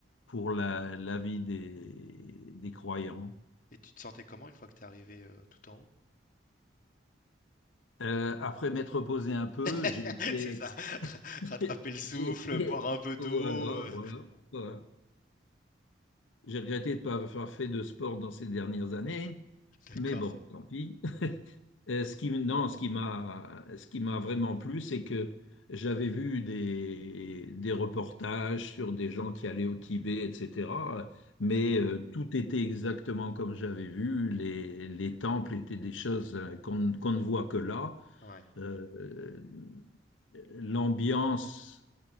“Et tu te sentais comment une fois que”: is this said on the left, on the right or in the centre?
Left